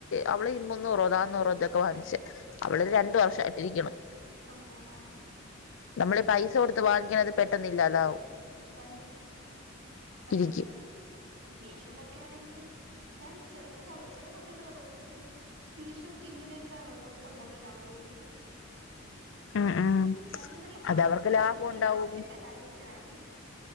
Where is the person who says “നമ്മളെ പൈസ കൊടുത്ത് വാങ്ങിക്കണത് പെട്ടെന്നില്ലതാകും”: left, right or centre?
Left